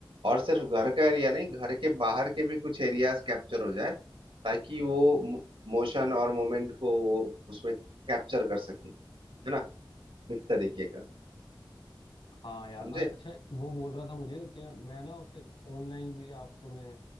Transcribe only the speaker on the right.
और सिर्फ घर का एरिया नहीं घर के बाहर के भी कुछ एरियाज कैप्चर हो जाए ताकि वो मोशन और मोमेंट को वो उसमें कैप्चर कर सके है ना इस तरीके का
समझे